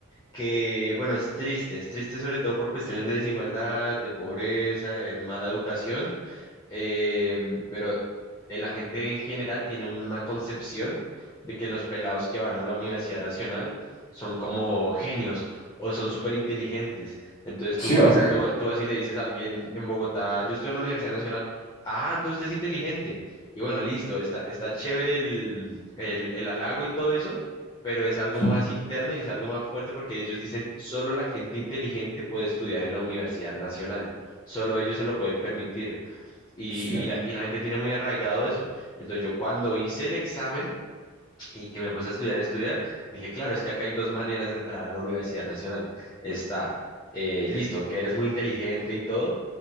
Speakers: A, on the left; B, on the left.
A: que, bueno, es triste, es triste sobre todo por cuestiones de desigualdad, de pobreza, de mala educación. eh, pero eh, la gente en general tiene una concepción de que los pelados que van a la Universidad Nacional son como genios o son súper inteligentes. Entonces tú
B: ¿Sí
A: vas,
B: o qué?
A: tú, tú vas y le dices a alguien en Bogotá, yo estoy en la Universidad Nacional, ah, entonces usted es inteligente. Y bueno, listo, está, está chévere el, el, el halago y todo eso. pero es algo más
B: <laughs>
A: interno y es algo más fuerte porque ellos dicen, solo la gente inteligente puede estudiar en la Universidad Nacional, solo ellos se lo pueden permitir. Y,
B: Hostia.
A: y la, y la gente tiene muy arraigado eso. Entonces yo cuando hice el examen y que me puse a estudiar, a estudiar, dije, claro, es que acá hay dos maneras de entrar a la Universidad Nacional. Está, eh, listo, que eres muy inteligente y todo,